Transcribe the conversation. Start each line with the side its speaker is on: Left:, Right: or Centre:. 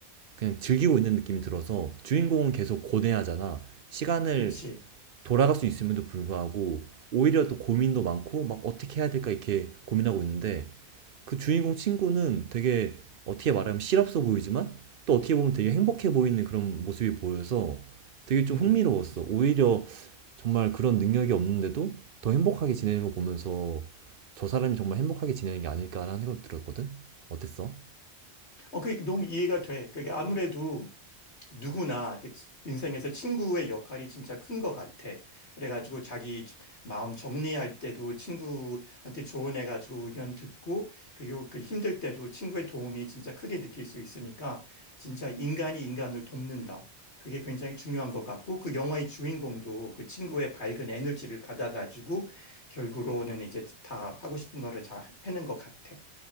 Right: 그냥 즐기고 있는 느낌이 들어서 주인공은 계속 고뇌하잖아. 시간을
Left: 그치.
Right: 돌아갈 수 있음에도 불구하고 오히려 또 고민도 많고 막 어떻게 해야 될까 이렇게 고민하고 있는데 그 주인공 친구는 되게 어떻게 말하면 실없어 보이지만 또 어떻게 보면 되게 행복해 보이는 그런 모습이 보여서 되게 좀
Left: 음.
Right: 흥미로웠어. 오히려 정말 그런 능력이 없는데도 더 행복하게 지내는 거 보면서 저 사람이 정말 행복하게 지내는 게 아닐까라는 생각 들었거든? 어땠어?
Left: 어, 그게 너무 이해가 돼. 그게 아무래도 누구나 그 치- 인생에서 친구의 역할이 진짜 큰 것 같아. 그래가지고 자기 지- 마음 정리할 때도 친구한테 조언해가지고 의견 듣고, 그리고 그 힘들 때도 친구의 도움이 진짜 크게 느낄 수 있으니까, 진짜 인간이 인간을 돕는다. 그게 굉장히 중요한 것 같고, 그 영화의 주인공도 그 친구의 밝은 에너지를 받아가지고, 결국으로는 이제 다 하고 싶은 거를 잘 해낸 것 같아.